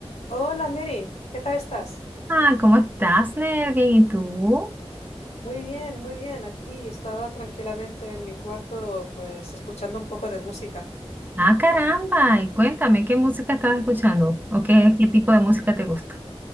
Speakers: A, on the left; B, on the right.
A: Hola Mary, ¿qué tal estás?
B: Ah, ¿cómo estás, Ner? Bien, ¿y tú?
A: Muy bien, muy bien. Aquí estaba tranquilamente en mi cuarto, pues escuchando un poco de música.
B: Ah, caramba, y cuéntame, ¿qué música estabas escuchando? ¿O qué, qué tipo de música te gusta?